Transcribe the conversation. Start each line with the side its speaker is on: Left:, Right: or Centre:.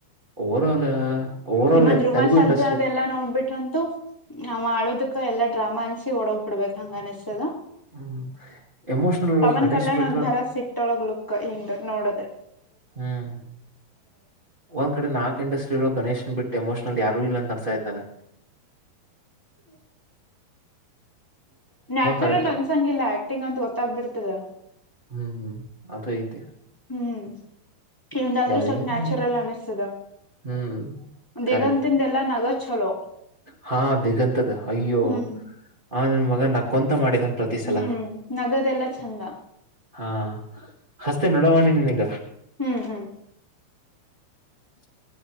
Right: ಓವರ ಆಲ್ ಓವರ್ ಆಲ್
Left: ಇನ್ನೊಂದ್ ರುಮಾ
Right: ತೆಲುಗು
Left: ಸರ್ಜಾ
Right: ಇಂಡಸ್ಟ್ರೀಸ್
Left: ಅದೆಲ್ಲಾ ನೋಡ್ಬಿಟ್ರಂತೂ ನ್ ಮಾಡೋದಕ್ಕ ಎಲ್ಲಾ ಡ್ರಾಮಾ ಅನ್ ಸಿ ಒಡೋಗ್ ಬಿಡ್ಬೇಕು ಹಂಗ ಅನಸ್ಸದ
Right: ಹ್ಮ್ ಎಮೋಷನಲ್
Left: ಪವನ್
Right: ಗಣೇಶ್
Left: ಕಲ್ಯಾಣ್
Right: ಬಿಟ್ರ
Left: ಒಂಥರ ಸಿಟ್ಟೊಳಗ್ ಲುಕ್ ಹಿಂಗ ನೋಡದ
Right: ಹ್ಮ್ ಒಂದ್ ಕಡೆ ನಾಕ್ ಇಂಡಸ್ಟ್ರಿ ಗಣೇಶನ್ ಬಿಟ್ಟ ಎಮೋಷನಲ್ ಯಾರು ಇಲ್ಲ ಅಂತ ಅನಸಾ ಇದತಾನೆ ಹ್ಮ
Left: ನ್ಯಾಚುರಲ್
Right: ಕರೆಕ್ಟ್
Left: ಅನ್ಸಂಗಿಲ್ಲ ಆಕ್ಟಿಂಗ್ ಅಂತ ಗೊತ್ತಾಗಬಿಡ್ತದ
Right: ಹ್ಮ್ ಹ್ಮ್ ಅದ ಐತಿ
Left: ಹ್ಮ್ ಇಂದಾದ್ರೂ
Right: ಯಾರಿಗಾರಿಗೇನೆ
Left: ಸ್ವಲ್ಪ ನ್ಯಾಚುರಲ್ ಅನಿಸ್ತದ
Right: ಹ್ಮ್
Left: ದೇಗಂತಿಂದ
Right: ಕರೆಕ್ಟ್
Left: ಎಲ್ಲಾ ನಗ ಚಲೋ
Right: ಹಾ ದಿಗಂತದ ಅಯ್ಯೋ
Left: ಹ್ಮ್
Right: ಆ ನನ್ ಮಗ ನಾ ಕೊಂತ ಮಾಡಿದ ಪ್ರತಿ ಸಲ
Left: ಹ್ಮ್ ನಗದೆಲ್ಲಾ ಚಂದ
Right: ಹಾ ಹಸ್ತೆ ನೋಡವಾಣಿ ನೀನ್ೀಗ
Left: ಹ್ಮ್ ಹ್ಮ್
Right: <inaudible>